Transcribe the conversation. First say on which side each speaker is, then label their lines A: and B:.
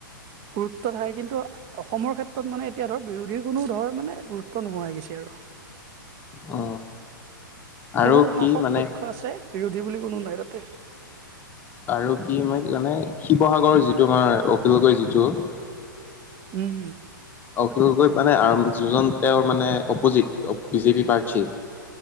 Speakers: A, on the right (about 30°); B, on the left (about 15°).
A: গুৰুত্ব থাকে কিন্তু, অসমৰ ক্ষেত্ৰত মানে এতিয়া ধৰ বিৰোধীৰ কোনো ধৰ মানে গুৰুত্ব নোহোৱা হৈ গৈছে আৰু
B: অ আৰু
A: কেৱল শাসক
B: কি। মানে
A: পক্ষ আছে বিৰোধী বুলি কোনো নাই তাতে।
B: আৰু কি মানে শিৱসাগৰ যিটো আমাৰ অখিল গগৈৰ যিটো,
A: উম উম
B: অখিল গগৈ মানে যিজন তেওঁৰ মানে অপজিত বিজেপি প্ৰাৰ্থীৰ।